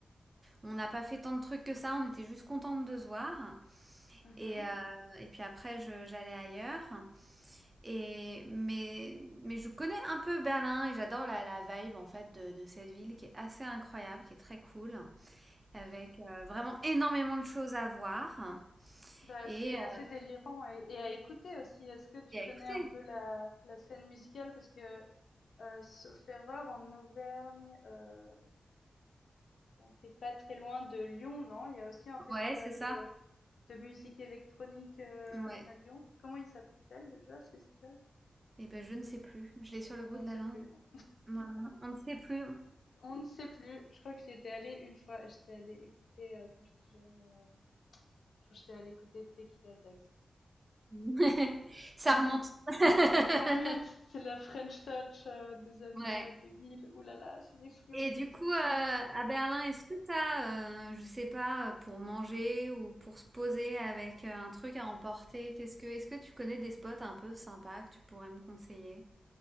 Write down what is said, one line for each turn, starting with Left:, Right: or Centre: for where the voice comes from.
Right: on n'a pas fait tant de trucs que ça, on était juste contentes de se voir
Left: Mmh
Right: et heu et puis après je j'allais ailleurs et mais mais je connais un peu Berlin et j'adore la la vibe en fait de de cette ville qui est assez incroyable, qui est très cool avec, heu, vraiment énormément de choses à voir
Left: Bah,
Right: et
Left: c'est
Right: heu
Left: assez délirant et et à écouter aussi. Est-ce que tu
Right: et
Left: connais
Right: à écouter.
Left: un peu la la scène musicale? Parce que, heu, sauf erreur, en Auvergne, heu, attends, tu pas très loin de Lyon, non? Il y a aussi un festival
Right: Ouais, c'est ça.
Left: de de musique électronique, heu,
Right: Ouais.
Left: à Lyon. Comment il s'appelle déjà ce festival?
Right: Et ben je ne sais plus, je l'ai sur le bout
Left: On
Right: de
Left: ne sait
Right: la langue.
Left: plus, bon.
Right: Voilà, on ne sait plus.
Left: <laughs> On ne sait plus. Je crois que j'y étais allée une fois et j'étais allée écouter, heu, quand j'étais jeune, heu, je crois que j'étais allée écouter Tequila Tex.
Right: <laughs> Ça remonte. <laughs>
Left: Ça remonte, c'est la French touch, heu, des années,
Right: Ouais
Left: heu, 2000. Ouh là là, c'est les Fluo
Right: et
Left: Kids.
Right: du coup, heu, à Berlin, est-ce que t'as, as, je sais pas, heu, pour manger ou pour se poser avec, heu, un truc à emporter, qu'est-ce que est-ce que tu connais des spots un peu sympas que tu pourrais me conseiller?